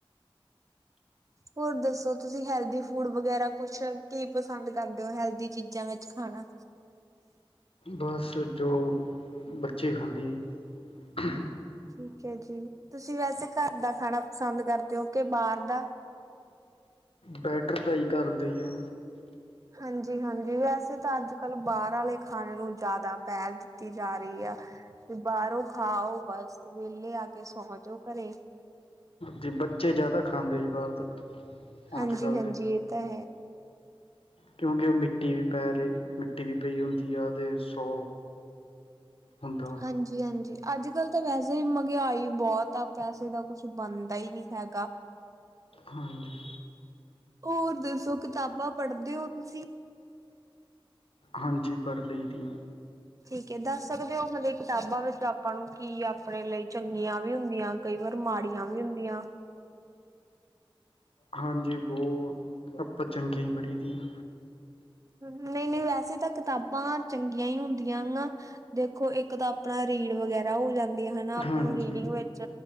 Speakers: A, on the right (about 35°); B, on the left (about 80°).
A: ਹੋਰ ਦੱਸੋ ਤੁਸੀ ਹੈਲਦੀ ਫੂਡ ਵਗੈਰਾ ਕੁਛ ਕੀ ਪਸੰਦ ਕਰਦੇ ਹੋ ਹੈਲਦੀ ਚੀਜ਼ਾਂ ਵਿੱਚ ਖਾਣਾ।
B: ਬਸ ਜੋ ਬੱਚੇ ਖਾਂਦੇ ਏ ਜੀ।
A: ਠੀਕ ਹੈ ਜੀ ਤੁਸੀ ਵੈਸੇ ਘਰ ਦਾ ਖਾਣਾ ਪਸੰਦ ਕਰਦੇ ਹੋ ਕੇ ਬਾਹਰ ਦਾ।
B: ਬੈਟਰ ਤਾਂ ਈ ਘਰਦੇ ਹੀ ਆ।
A: ਹਾਂਜੀ ਹਾਂਜੀ ਵੈਸੇ ਤਾਂ ਅੱਜ ਕੱਲ ਬਾਹਰ ਆਲੇ ਖਾਣੇ ਨੂੰ ਜਿਆਦਾ ਪਹਿਲ ਦਿੱਤੀ ਜਾ ਰਹੀ ਆ ਵੀ ਬਾਹਰੋਂ ਖਾ ਆਓ ਬਸ ਵੇਹਲੇ ਆ ਕੇ ਸੋਂ ਜੋ ਘਰੇ।
B: ਜੀ ਬੱਚੇ ਜ਼ਿਆਦਾ ਖਾਂਦੇ ਜੀ ਬਾਹਰ ਦਾ
A: ਹਾਂਜੀ
B: ਅੱਜ ਕੱਲ੍ਹ
A: ਹਾਂਜੀ
B: ਦੇ
A: ਇਹ ਤਾਂ ਹੈ।
B: ਕਿਉਂਕਿ ਮਿੱਟੀ ਵੀ ਪੈਰੇ ਮਿੱਟੀ ਵੀ ਪਈ ਹੁੰਦੀ ਆ ਤੇ ਸੌ ਹੁੰਦਾ
A: ਹਾਂਜੀ ਹਾਂਜੀ। ਅੱਜ ਕੱਲ੍ਹ ਤਾਂ ਵੈਸੇ ਮਹਿੰਗਆਈ ਬਹੁਤ ਆ ਪੈਸੇ ਦਾ ਕੁਛ ਬਣਦਾ ਹੀ ਨੀ ਹੈਗਾ।
B: ਹਾਂਜੀ
A: ਹੋਰ ਦੱਸੋ ਕਿਤਾਬਾਂ ਪੜ੍ਹਦੇ ਓ ਤੁਸੀ।
B: ਹਾਂਜੀ ਪੜ੍ਹ ਲਈ ਦੀਆਂ।
A: ਠੀਕ ਹੈ ਦੱਸ ਸਕਦੇ ਹੋ ਮਤਲਬ ਕਿਤਾਬਾਂ ਵਿੱਚ ਆਪਾਂ ਨੂੰ ਕੀ ਆਪਣੇ ਲਈ ਚੰਗੀਆਂ ਵੀ ਹੁੰਦੀਆਂ ਕਈ ਵਾਰ ਮਾੜੀਆਂ ਵੀ ਹੁੰਦੀਆਂ।
B: ਹਾਂਜੀ ਬਹੁਤ ਆਪਾਂ ਚੰਗਿਆਂ ਹੀ ਪੜ੍ਹੀ ਦੀ ਆਂ।
A: ਨਹੀਂ ਨਹੀਂ ਵੈਸੇ ਤਾਂ ਕਿਤਾਬਾਂ ਚੰਗੀਆਂ ਹੀ ਹੁੰਦੀਆਂ ਨਾ ਦੇਖੋ ਇੱਕ ਤਾਂ ਆਪਣਾ ਰੀੜ ਵਗੈਰਾ ਹੋ ਜਾਂਦਾ। ਹਨਾ ਆਪਾਂ
B: ਹਾਂਜੀ
A: ਨੂੰ ਰੀਡਿੰਗ ਵਿੱਚ